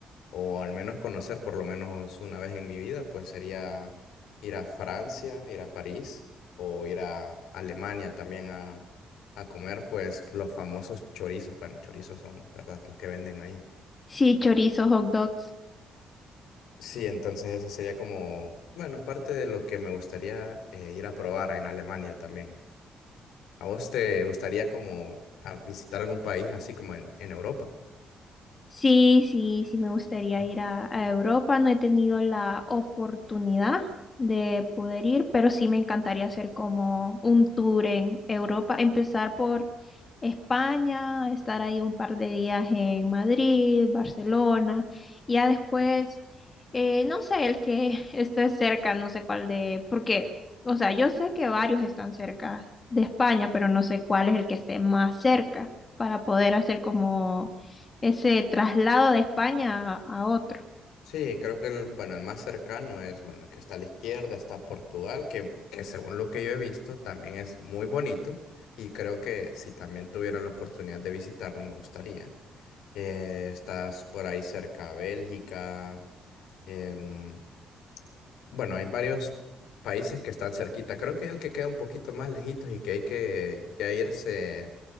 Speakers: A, on the left; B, on the left.
A: o al menos conocer por lo menos una vez en mi vida, pues sería ir a Francia, ir a París o ir a Alemania también a, a comer, pues, los famosos chorizos. Bueno, chorizos son, ¿verdad?, los que venden ahí.
B: Sí, chorizos, hot dogs.
A: Sí, entonces eso sería como, bueno, parte de lo que me gustaría eh, ir a probar en Alemania también. ¿A vos te gustaría como a visitar algún país así como en, en Europa?
B: Sí, sí, sí, me gustaría ir a, a Europa. No he tenido la oportunidad de poder ir, pero sí me encantaría hacer como un tour en Europa, empezar por España, estar ahí un par de días en Madrid, Barcelona, y ya después, eh, no sé, el que <laughs> esté cerca, no sé cuál de, porque, o sea, yo sé que varios están cerca de España, pero no sé cuál es el que esté más cerca para poder hacer como ese traslado de España a, a otro.
A: Sí, creo que el, bueno, el más cercano es, bueno, el que está a la izquierda, está Portugal, que, que según lo que yo he visto también es muy bonito y creo que si también tuviera la oportunidad de visitarlo me gustaría. Eh, estás por ahí cerca Bélgica. em, bueno, hay varios países que están cerquita. Creo que el que queda un poquito más lejitos y que hay que ya irse